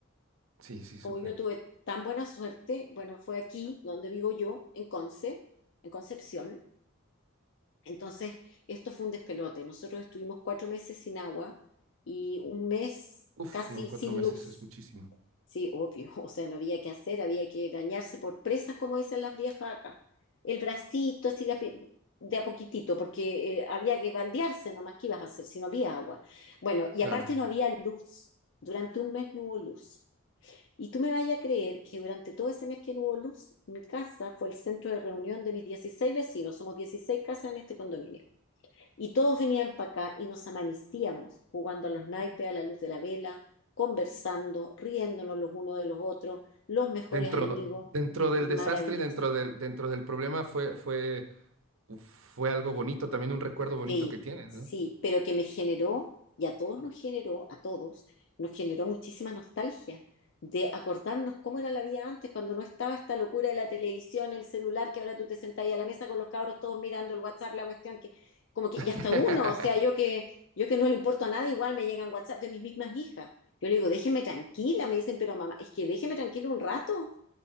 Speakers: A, on the right (about 70°); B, on the left (about 60°).
A: Sí, sí, súper.
B: Como yo tuve tan buena suerte, bueno, fue aquí donde vivo yo, en Conce, en Concepción. Entonces, esto fue un despelote. Nosotros estuvimos cuatro meses sin agua y un mes
A: Uf,
B: casi
A: no, cuatro
B: sin
A: meses
B: luz.
A: es muchísimo.
B: Sí, obvio, <laughs> o sea, no había que hacer, había que bañarse por presas, como dicen las viejas acá. El bracito, así la pi- de a poquitito, porque eh, había que bandearse nomás, ¿qué ibas a hacer si no había agua? Bueno, y
A: Claro.
B: aparte no había luz. Durante un mes no hubo luz. Y tú me vayas a creer que durante todo ese mes que no hubo luz, mi casa fue el centro de reunión de mis 16 vecinos. Somos 16 casas en este condominio. Y todos venían para acá y nos amanecíamos jugando a los naipes a la luz de la vela, conversando, riéndonos los unos de los otros, los mejores
A: Dentro,
B: amigos.
A: dentro del
B: Maravilloso.
A: desastre y dentro del, dentro del problema fue, fue, fue algo bonito, también un recuerdo bonito
B: Sí,
A: que tienes,
B: sí,
A: ¿no?
B: pero que me generó, y a todos nos generó, a todos, nos generó muchísima nostalgia de acordarnos cómo era la vida antes, cuando no estaba esta locura de la televisión, el celular, que ahora tú te sentás ahí a la mesa con los cabros todos mirando el WhatsApp, la cuestión que, como que,
A: <laughs>
B: y hasta uno, o sea, yo que, yo que no le importo a nadie, igual me llegan WhatsApp de mis mismas hijas. Yo le digo, déjeme tranquila, me dicen, pero mamá, es que déjeme tranquila un rato,